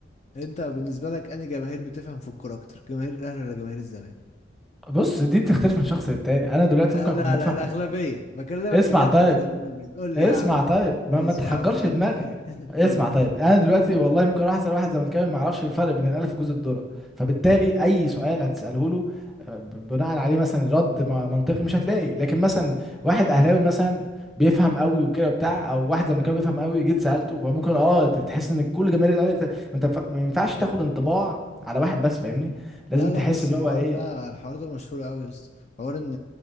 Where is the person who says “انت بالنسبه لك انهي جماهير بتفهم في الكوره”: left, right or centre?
Left